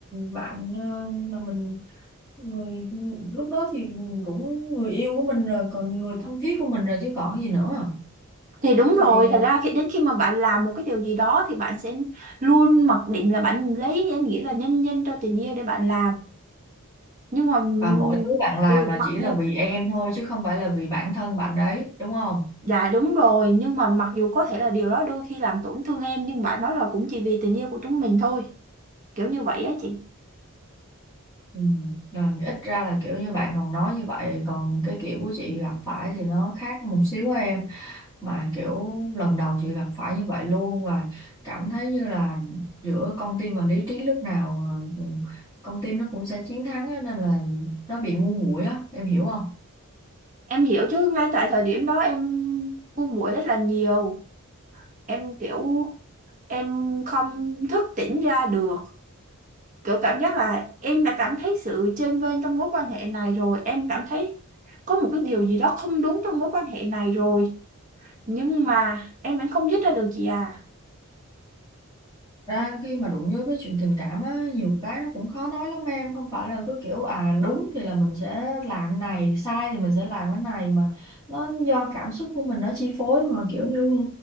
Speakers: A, on the left; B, on the right.
A: bạn ờ, mà mình người lúc đó thì cũng người yêu của mình rồi còn người thân thiết của mình rồi chứ còn gì nữa
B: thì đúng
A: thì
B: rồi thật ra khi đến khi mà bạn làm một cái điều gì đó thì bạn sẽ luôn mặc định là bạn lấy danh nghĩa là nhân danh cho tình yêu để bạn làm nhưng mà ừm,
A: và mọi thứ bạn làm
B: ừ,
A: là
B: mặc
A: chỉ
B: dù
A: là vì em thôi chứ không phải là vì bản thân bạn đấy đúng không?
B: dạ đúng rồi nhưng mà mặc dù có thể là điều đó đôi khi làm tổn thương em nhưng bạn nói là cũng chỉ vì tình yêu của chúng mình thôi kiểu như vậy á chị
A: Ừ. Rồi ít ra là kiểu như bạn còn nói như vậy còn cái kiểu của chị gặp phải thì nó khác một xíu của em mà kiểu lần đầu chị gặp phải như vậy luôn và cảm thấy như là giữa con tim và lý trí lúc nào ờ, con tim nó cũng sẽ chiến thắng á, nên là nó bị ngu muội á em hiểu không?
B: em hiểu chứ ngay tại thời điểm đó em buồn muội rất là nhiều em kiểu em không thức tỉnh ra được kiểu cảm giác là em đã cảm thấy sự chênh vênh trong mối quan hệ này rồi em cảm thấy có một cái điều gì đó không đúng trong mối quan hệ này rồi nhưng mà em vẫn không dứt ra được chị à
A: ra khi mà đụng với cái chuyện tình cảm á nhiều cái nó cũng khó nói lắm em không phải là cứ kiểu à đúng thì là mình sẽ làm này sai thì mình sẽ làm cái này mà nó do cảm xúc của mình nó chi phối mà kiểu như